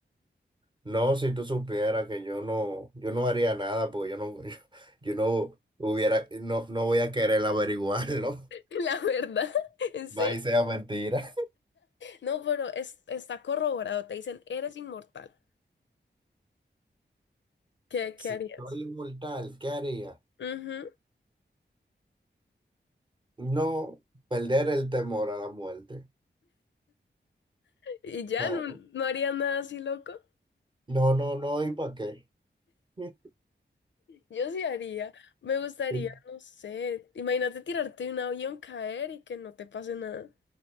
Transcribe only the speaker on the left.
<laughs> La verdad, <laughs>
en serio.
No, pero es, está corroborado. Te dicen, eres inmortal. ¿Qué,
qué harías?
Ujú.
Y ya
no, no haría nada así loco.
Yo sí haría. Me gustaría,
no sé. Imagínate tirarte de un avión, caer y que no te pase nada.